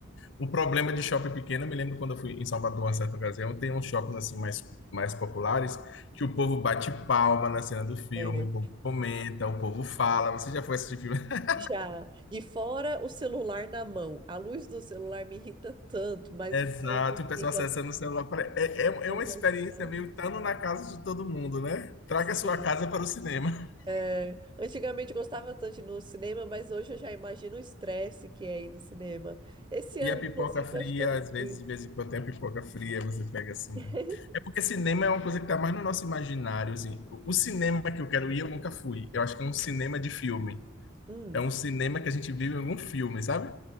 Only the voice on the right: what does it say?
é,
já. E fora o celular na mão. A luz do celular me irrita tanto, mas
o povo
fica
conversando.
Sim,
É, antigamente eu gostava tanto de ir no cinema, mas hoje eu já imagino o estresse que é ir no cinema. Esse
ano,
inclusive,
acho que eu não
fui.
<laughs>
Hum,